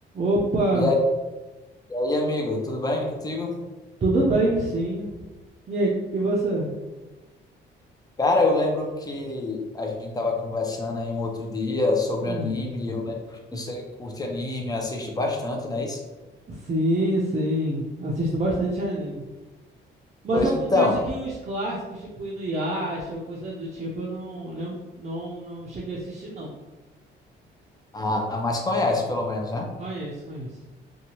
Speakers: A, on the right; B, on the left.
A: Opa,
B: E aí, e aí, amigo, tudo bem contigo?
A: tudo bem, sim. E, aí, e você?
B: Cara, eu lembro que a gente tava conversando aí um outro dia sobre
A: Uhum.
B: anime. e Eu lembro que você curte anime, assiste bastante, não é isso?
A: Sim, sim. Assisto bastante anime. Mas
B: Pois
A: eu confesso
B: então,
A: que os clássicos, tipo Inuyasha ou coisa do tipo, eu não lembro, não, não cheguei a assistir, não.
B: a, a mais conhece, pelo menos, né?
A: Conheço, conheço.